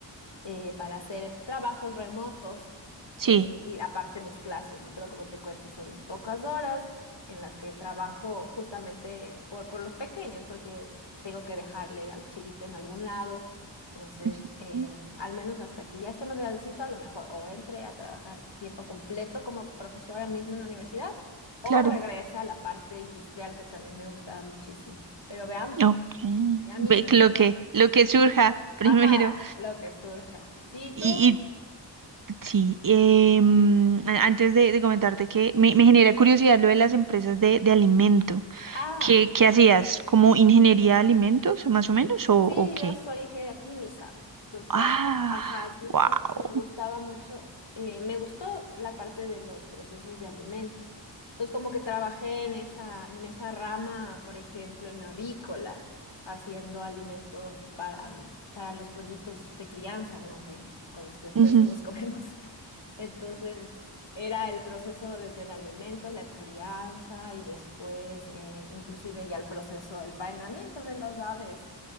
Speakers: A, on the left (about 70°); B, on the right (about 50°).
A: eh, para hacer trabajos remotos
B: Sí.
A: eh, y aparte mis clases, ¿no? Pero como te cuento, son pocas horas en las que trabajo justamente por, por los pequeños, porque tengo que dejarle al chiquito en algún lado. Entonces,
B: Ujú,
A: em, al menos hasta que ya esté más grandecito, a lo mejor o entre a trabajar tiempo completo como profesora misma en la universidad o
B: Claro,
A: regrese a la parte industrial que también me gustaba muchísimo. Pero veamos,
B: ok.
A: ya
B: Ve
A: mismo.
B: que Lo que, lo que surja <laughs> primero.
A: Ajá, lo que surja. Sí,
B: Y,
A: tú.
B: y sí, em, a- antes de, de comentarte que
A: Ujú.
B: me, me genera curiosidad lo de las empresas de, de alimento.
A: Ah,
B: ¿Qué, qué hacías? ¿Como ingeniería de alimentos, más o menos? ¿O,
A: Sí,
B: o qué?
A: yo soy ingeniera química, entonces, tra-
B: Ah,
A: ajá, entonces
B: wow.
A: me, me gustaba mucho, eh, me gustó la parte de los procesos de alimentos. Entonces, como que trabajé en esa, en esa rama, por ejemplo, en la avícola, haciendo alimento para, para los pollitos de crianza, ¿no? De, con los que después
B: <laughs>
A: nos comemos. <laughs> Entonces, era el proceso desde el alimento, la crianza y después, eh, inclusive ya el proceso, el faenamiento de las aves.